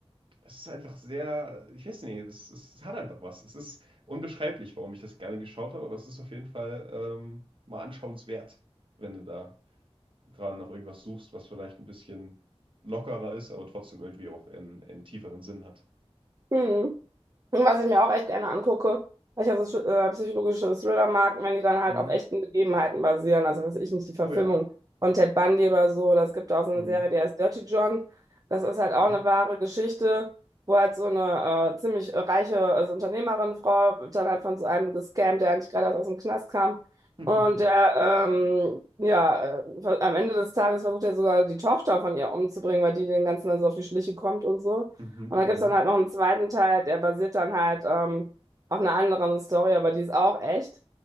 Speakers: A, on the right; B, on the right.
A: es ist einfach sehr, ich weiß nicht, es, es, es hat einfach was. Es ist unbeschreiblich, warum ich das gerne geschaut habe, aber es ist auf jeden Fall ähm, mal anschauenswert, wenn du da gerade nach irgendwas suchst, was vielleicht ein bisschen lockerer ist, aber trotzdem irgendwie auch einen, einen tieferen Sinn hat.
B: Hm. Und was ich mir auch echt gerne angucke, weil ich ja so äh, psychologische Thriller mag, wenn die dann halt
A: Mhm.
B: auf echten Begebenheiten basieren. Also, weiß ich nicht, die Verfilmung
A: Oh ja.
B: von Ted Bundy oder so. Das gibt auch so eine
A: Mhm.
B: Serie, die heißt Dirty John. Das ist halt auch
A: Mhm.
B: eine wahre Geschichte, wo halt so eine äh, ziemlich reiche, also Unternehmerin, Frau, wird dann halt von so einem gescammt, der eigentlich gerade erst aus dem Knast kam.
A: <laughs>
B: Und der, ähm, ja, äh, am Ende des Tages versucht er sogar die Tochter von ihr umzubringen, weil die den ganzen dann so auf die Schliche kommt und so.
A: Mhm.
B: Und da
A: Mhm.
B: gibt's dann halt noch einen zweiten Teil, der basiert dann halt ähm, auf einer anderen Story, aber die ist auch echt.